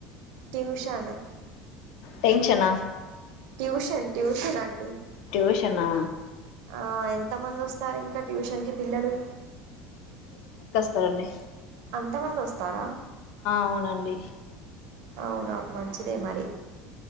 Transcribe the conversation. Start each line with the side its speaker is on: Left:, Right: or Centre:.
Right: ట్యూషన్
Left: టెన్షన్ ఆ
Right: ట్యూషన్ ట్యూషన్ అండి
Left: ట్యూషన్ ఆ
Right: ఆ ఎంత మంది వస్తారు ఇంకా ట్యూషన్ కి పిల్లలు
Left: ఎండీ
Right: అంత మంది వస్తారా
Left: అవునండి
Right: అవునా మంచిదే మరి